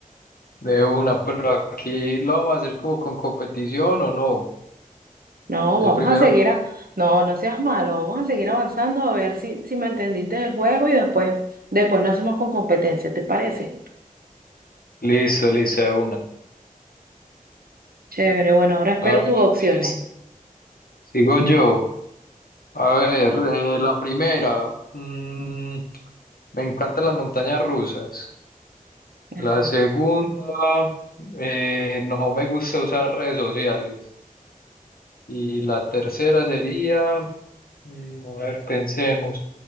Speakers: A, on the left; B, on the right.
A: De una, pero aquí lo vamos a hacer como con competición o no.
B: No,
A: El
B: vamos
A: primero
B: a seguir
A: que...
B: a... No, no seas malo, vamos a seguir avanzando a ver si, si me entendiste el juego y después, después lo hacemos con competencia, ¿te parece?
A: Listo, listo, de una.
B: Chévere, bueno, ahora espero
A: A ver,
B: tus
A: entonces,
B: opciones.
A: sigo yo. A ver, eh, la primera. Mm, me encantan las montañas rusas.
B: <laughs>
A: La segunda, eh, no me gusta usar redes sociales. Y la tercera sería, mm, a ver, pensemos.